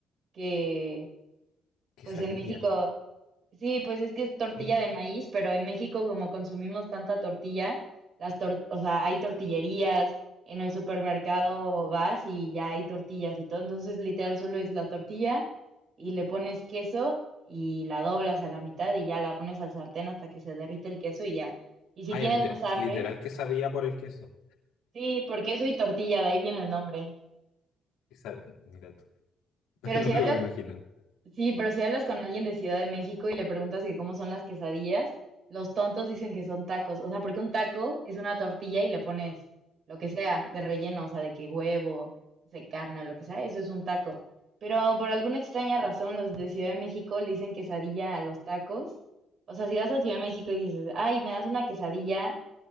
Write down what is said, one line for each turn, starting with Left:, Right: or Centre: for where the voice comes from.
Right: que...
Left: Quesadilla.
Right: Pues en México, sí, pues es que es tortilla
Left: ¿Mm?
Right: de maíz, pero en México como consumimos tanta tortilla, las tor- o sea, hay tortillerías, en el supermercado vas y ya hay tortillas y todo, entonces literal solo es la tortilla y le pones queso y la doblas a la mitad y ya la pones al sartén hasta que se derrite el queso y ya. Y si
Left: Ah,
Right: tienes
Left: ya, lite-
Right: más hambre,
Left: literal quesadilla por el queso.
Right: sí, por queso y tortilla, de ahí viene el nombre.
Left: Quesa- Mira tú,
Right: Pero
Left: <laughs> no
Right: si
Left: me
Right: hablas
Left: lo hubiera imaginado.
Right: Sí, pero si hablas con alguien de Ciudad de México y le preguntas que cómo son las quesadillas, los tontos dicen que son tacos. O sea, porque un taco es una tortilla y le pones lo que sea de relleno, o sea, de que huevo, de carne, lo que sea, eso es un taco. Pero por alguna extraña razón, los de Ciudad de México le dicen quesadilla a los tacos. O sea, si vas a Ciudad de México y dices, ay, me das una quesadilla